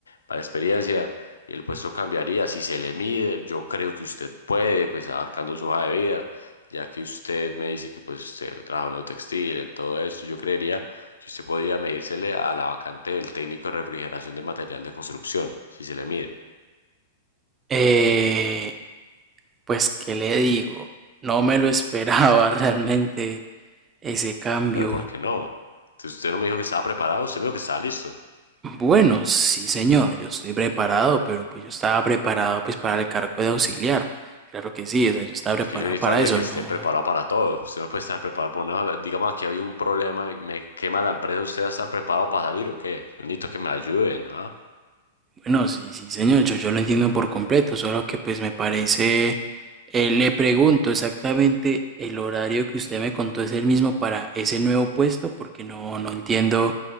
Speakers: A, on the left; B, on the right.
A: varias experiencia y el puesto cambiaría si se le mide, yo creo que usted puede, pues abarcando su hoja de vida. Ya que usted me dice que pues usted trabajó en lo textil, en todo esto, yo creería que usted podría medírsele a la vacante del técnico de refrigeración de material de construcción, si se le mide.
B: Eh, pues, ¿qué le digo? No me lo esperaba <laughs> realmente. Ese cambio,
A: Pero ¿por qué no? Si usted no me dijo que estaba preparado, usted me dijo que estaba listo.
B: bueno, sí señor, yo estoy preparado, pero pues yo estaba preparado pues para el cargo de auxiliar. Claro que sí, o sea, yo estaba
A: Pues
B: preparado
A: que yo necesito
B: para
A: a alguien
B: eso,
A: que esté
B: no.
A: preparado para todo. Usted no puede estar preparado para una... Digamos, aquí hay un problema, me quema la empresa, ¿usted va a estar preparado para salir o qué? Yo necesito que me ayuden, ¿ah?
B: Bueno, sí, sí señor, yo, yo lo entiendo por completo, solo que pues me parece, eh, le pregunto exactamente el horario que usted me contó es el mismo para ese nuevo puesto, porque no, no entiendo